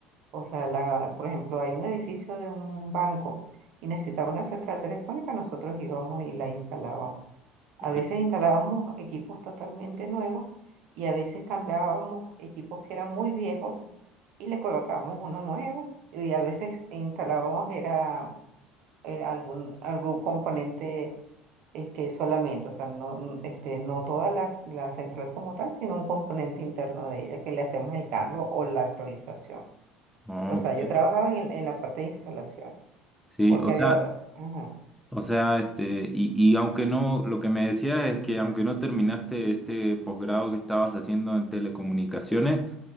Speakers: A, on the right (about 65°); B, in the centre.
A: O sea, la, por ejemplo, hay un edificio de un banco y necesitaba una central telefónica, nosotros íbamos y la instalábamos.
B: ok,
A: A veces instalábamos equipos totalmente nuevos y a veces cambiábamos equipos que eran muy viejos y le colocábamos uno nuevo y a veces instalábamos era eh, algún, algún componente eh, que solamente, o sea, no, n- este, no toda la, la central como tal, sino un componente interno de ella que le hacemos el cambio o la actualización.
B: ok,
A: O sea, yo trabajaba en, el- en la parte de instalaciones,
B: sí,
A: porque
B: o
A: había,
B: sea,
A: ajá,
B: o sea, este, y, y aunque no, lo que me decías es que aunque no terminaste este posgrado que estabas haciendo en telecomunicaciones,